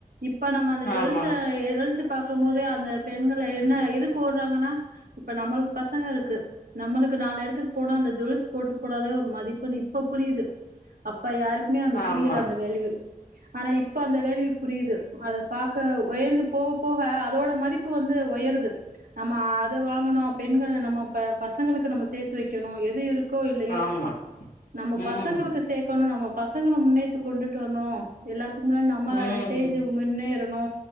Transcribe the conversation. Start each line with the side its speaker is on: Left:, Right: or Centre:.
Right: இப்ப நம்ம அந்த ஜொல்ஸ
Left: ஆமா
Right: ஏதாச்சு பாக்கும் போதே அந்த பெண்கள என்ன எதுக்கு ஓட்றாங்கன்னா இப்ப நம்மளுக் பசங்க இருக்கு நம்மளுக்கு நாலு எடத்துக்கு போனா அந்த ஜொல்ஸ் போட்டு போனாதா ஒரு மதிப்புன் இப்ப புரியுது அப் ப்ப யாருக்குமே அது
Left: ஆமா
Right: புரியல அந்த வேல்யூ ஆனா இப்ப அந்த வேல்யூ புரியுது அத பாக்க ஒயந்து போக போக அதோட மதிப்பு வந்து ஒயருது நம்ம அத வாங்கணு பெண்கள் நம்ம ப பசங்களுக்கு நம்ம சேத்து வைக்கணு எது இருக் கோ இல்லயோ
Left: ஆமா
Right: நம்ப
Left: ம்
Right: பசங்களுக்கு சேக்கணு நம்ம பசங்கள முன்னேத்து கொண்டுட்டு வர்னு எல்லாத்துக் <unintelligible> நம்ம
Left: ம்
Right: ஸ்டேஜு முன்னேர ணு